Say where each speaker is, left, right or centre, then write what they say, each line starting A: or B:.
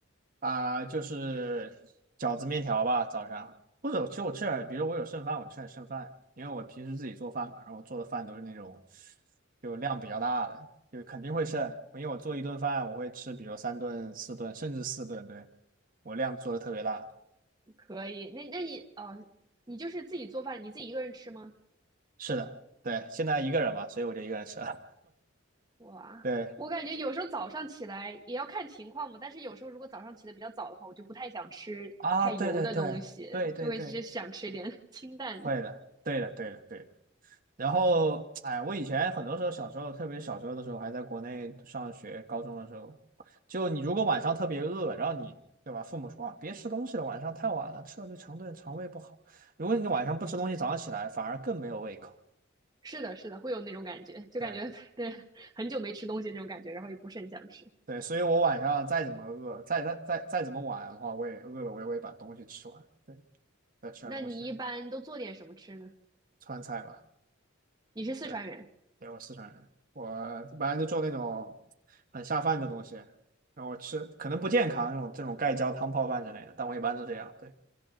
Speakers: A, on the right; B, on the right.
A: 啊、就是饺子面条吧，早上，或者其实我吃点，比如我有剩饭，我吃点剩饭，因为我平时自己做饭嘛，然后我做的饭都是那种就量比较大的，就肯定会剩，因为我做一顿饭我会吃，比如三顿、四顿，甚至四顿，对，我量做的特别大。
B: 可以，那那你哦，你就是自己做饭，你自己一个人吃吗？
A: 是的，对，现在一个人嘛，所以我就一个人吃了。
B: 哇，
A: <laughs> 对
B: 我感觉有时候早上起来也要看情况嘛，但是有时候如果早上起的比较早的话，我就不太想吃太油的东西，
A: 啊，对对对对对对，
B: 就会是想吃一点 <laughs> 清淡的。
A: 会的，对的对的对的然后，哎，我以前很多时候小时候，特别小时候的时候，还在国内上学，高中的时候，就你如果晚上特别饿，然后你对吧，父母说啊，别吃东西了，晚上太晚了，吃了对肠对肠胃不好。如果你晚上不吃东西，早上起来反而更没有胃口。
B: 是的，是的，会有那种感觉，就感觉
A: 对
B: <laughs> 对很久没吃东西那种感觉，然后也不是很想吃。
A: 对，所以我晚上再怎么饿，再再再再怎么晚的话，我也饿了，我也会把东西吃完。对，再吃点东西，
B: 那你一般都做点什么吃呢？
A: 川菜吧。
B: 你是四川人，
A: 对。对，我四川人，我一般就做那种很下饭的东西，然后吃可能不健康这种这种盖浇汤泡饭之类的，但我一般都这样。对，